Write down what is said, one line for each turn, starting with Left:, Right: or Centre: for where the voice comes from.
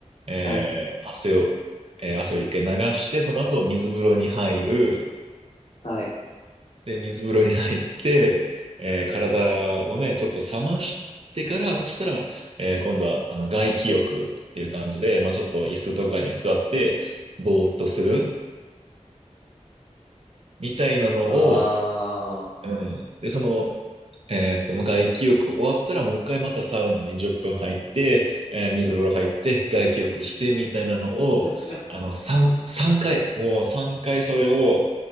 Right: えー汗を、
Left: はい。
Right: えー汗を一回流して、その後水風呂に入る。
Left: はい。
Right: で、水風呂に入って、えー体をね、ちょっと冷ましてから、そしたら、えー今度は、あの、外気浴っていう感じで、まあ、ちょっと椅子とかに座って、ぼーっとするみたいなのを、
Left: ああ。
Right: うん。で、その、えっと、まあ外気浴終わったらもう一回またサウナに10分入って、えー水風呂入って外気浴してみたいなのを、
Left: <laughs>
Right: あの、3、3回、もう3回それを